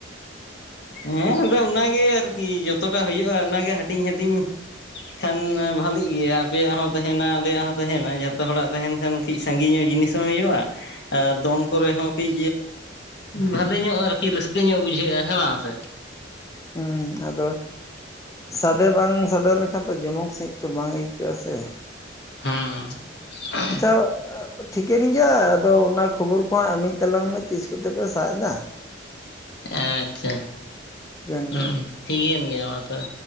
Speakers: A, on the left; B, on the left.
A: ᱦᱮᱸ ᱟᱫᱚ ᱚᱱᱟᱜᱮ ᱟᱨᱠᱤ ᱡᱚᱛᱚᱴᱟᱜ ᱦᱩᱭᱩᱜᱼᱟ ᱚᱱᱟᱜᱮ ᱦᱟᱹᱴᱤᱧ ᱦᱟᱹᱴᱤᱧ ᱾ ᱠᱷᱟᱱ ᱵᱷᱟᱹᱞᱤᱜ ᱜᱮᱭᱟ ᱟᱯᱮᱭᱟᱜ ᱦᱚᱸ ᱛᱟᱦᱮᱱᱟ ᱟᱞᱮᱭᱟᱜ ᱦᱚᱸ ᱛᱟᱦᱮᱱᱟ ᱡᱷᱚᱛᱚ ᱦᱚᱲᱟᱜ ᱛᱟᱦᱮᱱ ᱠᱷᱟᱱ ᱠᱟᱹᱡ ᱥᱟᱺᱜᱤᱧᱚᱜ ᱡᱤᱱᱤᱥ ᱦᱚᱸ ᱦᱩᱭᱩᱜᱼᱟ ᱾ ᱟᱨ ᱫᱚᱱ ᱠᱚᱨᱮ ᱦᱚᱸ ᱠᱟᱹᱡ ᱵᱷᱟᱞᱮ ᱧᱚᱜ ᱟᱨᱠᱤ ᱨᱟᱹᱥᱠᱟᱹ ᱧᱚᱜ ᱵᱩᱡᱷᱟᱹᱜᱼᱟ ᱦᱮᱸ ᱵᱟᱝ? ᱥᱮᱮ <inaudible>
B: ᱦᱮᱸ ᱟᱫᱚ ᱥᱟᱰᱮ ᱵᱟᱝ ᱥᱟᱰᱮ ᱞᱮᱱᱠᱷᱟᱱ ᱫᱚ ᱡᱚᱢᱚᱠ ᱥᱟᱺᱦᱤᱡ ᱛᱚ ᱵᱟᱝ ᱟᱹᱭᱠᱟᱹᱜᱼᱟ ᱥᱮ
A: ᱦᱮᱸ ᱾
B: ᱟᱪᱷᱟ ᱾ ᱴᱷᱤᱠᱟᱹᱱ ᱜᱮᱭᱟ ᱟᱫᱚ ᱚᱱᱟ ᱠᱷᱚᱵᱚᱨ ᱠᱚᱦᱟᱸᱜ ᱤᱢᱤᱟᱹᱧ ᱛᱟᱞᱟᱝ ᱢᱮ ᱛᱤᱥ ᱠᱚᱛᱮ ᱯᱮ ᱥᱟᱵ ᱮᱫᱟ ᱾
A: ᱟᱪᱷᱟ
B: ᱱᱤᱭᱟᱹ
A: ᱦᱸᱩ ᱴᱷᱤᱠᱮᱱ ᱜᱮᱭᱟ ᱢᱟ ᱛᱚᱵᱮ